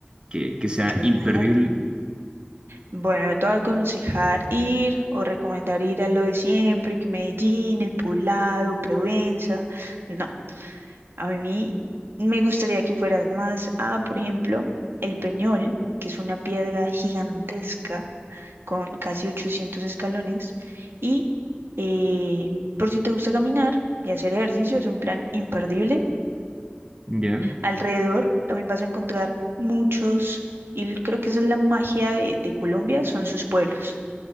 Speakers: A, on the right (about 25°); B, on the right (about 70°).
A: que, que sea
B: Claro.
A: imperdible?
B: Bueno, yo te voy a aconsejar ir o recomendar ir a lo de siempre, que Medellín, El Poblado, Provenza. No, a mí me gustaría que fueras más a, por ejemplo, El Peñol, que es una piedra gigantesca con casi 800 escalones. Y eh, por si te gusta caminar y hacer ejercicio, es un plan imperdible.
A: ¿Ya?
B: Alrededor también vas a encontrar muchos, y creo que esa es la magia de, de Colombia, son sus pueblos.